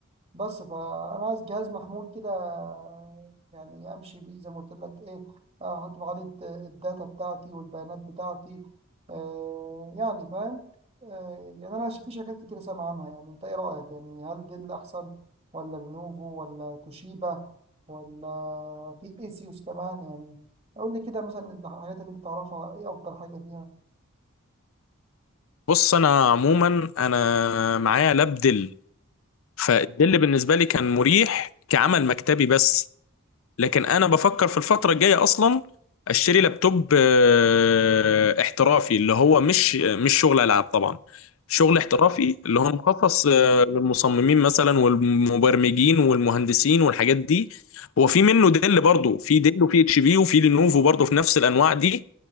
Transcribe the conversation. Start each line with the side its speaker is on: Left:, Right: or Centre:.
Right: بس فانا عايز جهاز محمول كده يعني امشي بيه زي ما قلت لك ايه آه، هطبع عليه الد- الداتا بتاعتي والبيانات بتاعتي آه يعني فاهم آه يعني انا ش- في شركات كتير سامع عنها يعني انت ايه رايك يعني هل دي اللي احسن ولا لينوفو ولا توشيبا ولا في ايسيوس كمان يعني اقول لي كده مثلا الحاجات اللي انت تعرفها ايه افضل حاجه فيها
Left: بص انا عموما انا معايا لاب دل فالدل بالنسبه لي كان مريح كعمل مكتبي بس لكن انا بفكر في الفتره الجايه اصلا اشتري لابتوب آه، احترافي اللي هو مش مش شغل العاب طبعا شغل احترافي اللي هو مخصص آه، للمصممين مثلا والمبرمجين والمهندسين والحاجات دي هو في منه ديل برضه في ديل وفي اتش بي وفي لينوفو برضه في نفس الانواع دي